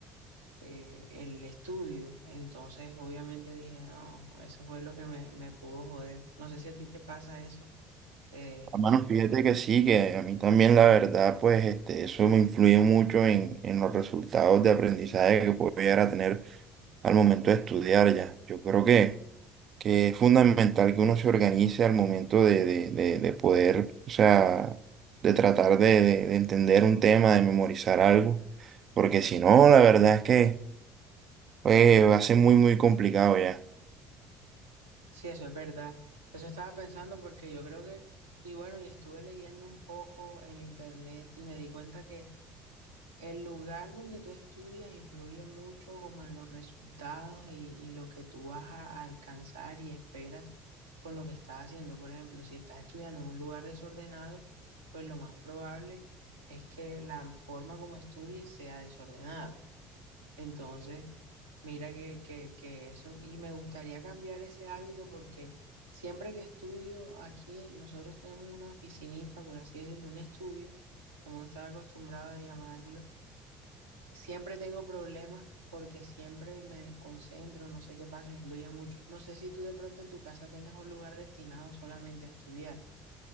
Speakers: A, on the right; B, on the right.
A: eh, el estudio. Entonces, obviamente dije, no, eso fue lo que me, me pudo joder. No sé si a ti te pasa eso, de,
B: Hermano,
A: de-
B: fíjate que sí, que a mí también la verdad, pues este, eso me influye mucho en, en los resultados de aprendizaje que puedo llegar a tener al momento de estudiar ya. Yo creo que, que es fundamental que uno se organice al momento de, de, de, de poder, o sea, de tratar de, de, de entender un tema, de memorizar algo, porque si no, la verdad es que pues, va a ser muy, muy complicado ya.
A: sí, eso es verdad. Eso estaba pensando porque yo creo que, y bueno, y estuve leyendo un poco en internet y me di cuenta que El lugar donde tú estudias influye mucho como en los resultados y, y lo que tú vas a, a alcanzar y esperas con lo que estás haciendo. Por ejemplo, si estás estudiando en un lugar desordenado, pues lo más probable es que la forma como estudies sea desordenada. Entonces, mira que, que, que eso, y me gustaría cambiar ese hábito porque siempre que estudio aquí, nosotros tenemos una oficinita, por así decirlo, un estudio, como uno está acostumbrado a llamarlo Siempre tengo problemas porque siempre me desconcentro, no sé qué pasa, influye mucho. No sé si tú de pronto en tu casa tengas un lugar destinado solamente a estudiar.